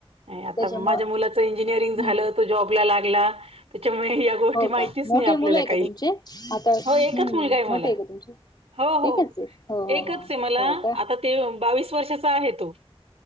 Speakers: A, on the right (about 80°); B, on the left (about 45°).
A: आता
B: त्याच्यामुळं
A: माझ्या मुलाच इंजिनरिंग
B: हम्म
A: झालं तो जॉबला लागला त्याच्यामुळे गोष्टी
B: हो
A: माहितीच
B: का मोठे
A: नाही आपल्याला
B: मुलं आहे का
A: काही
B: तुमचे आता हम्म
A: हो एकच मुलगा आहे
B: मोठे
A: मला.
B: का तुमचे
A: हो हो
B: एकच आहे हो हो
A: एकच
B: हो
A: आहे मला
B: हो का
A: आता ते बावीस वर्षाचा आहे तो.